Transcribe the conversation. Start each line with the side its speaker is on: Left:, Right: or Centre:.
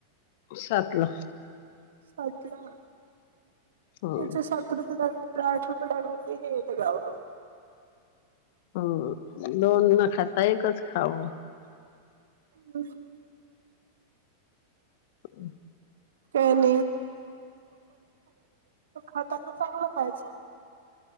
Left: सातला.
Right: सातला.
Left: हं,
Right: याच्या सात <unintelligible> आठ रुपये <unintelligible> येत गावरान.
Left: हं. दोन न खाता. एकच खावं.
Right: ह.
Left: हम्.
Right: काय <unintelligible> खाताना चांगलं खायचं